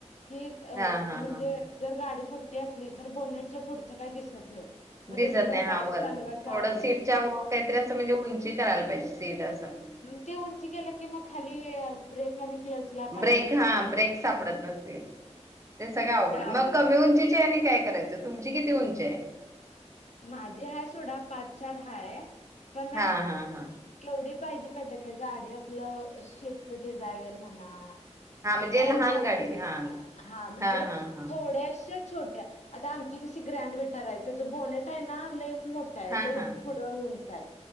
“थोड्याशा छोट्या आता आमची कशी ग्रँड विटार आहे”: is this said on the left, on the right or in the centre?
Left